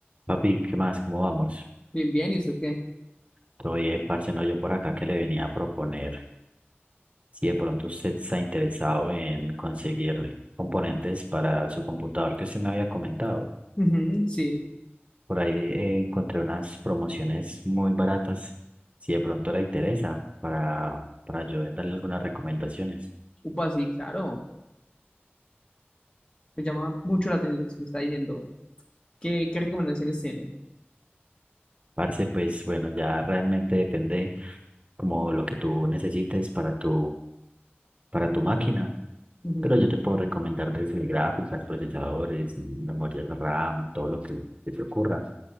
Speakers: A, on the right; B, on the left.
A: Papi, ¿qué más? ¿Cómo vamos?
B: Bien, bien, ¿y usted qué?
A: Todo bien, parce, no, yo por acá que le venía a proponer si de pronto usted está interesado en conseguir componentes para su computador que usted me había comentado.
B: Ujú, sí,
A: Por ahí eh, encontré unas promociones muy baratas, si de pronto le interesa, para, para yo darle algunas recomendaciones.
B: upa, sí, claro. Me llama mucho la atención lo que se me está diciendo. ¿Qué, qué recomendaciones tiene?
A: Parce, pues bueno, ya realmente depende como lo que tú necesites para tu, para tu máquina,
B: Ujú,
A: pero yo te puedo recomendar desde gráficas, procesadores, memorias RAM, todo lo que se te ocurra.